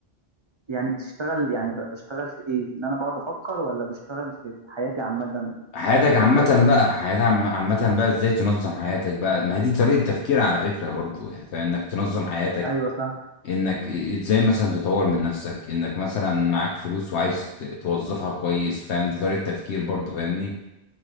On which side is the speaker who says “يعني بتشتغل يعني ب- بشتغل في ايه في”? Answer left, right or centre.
Right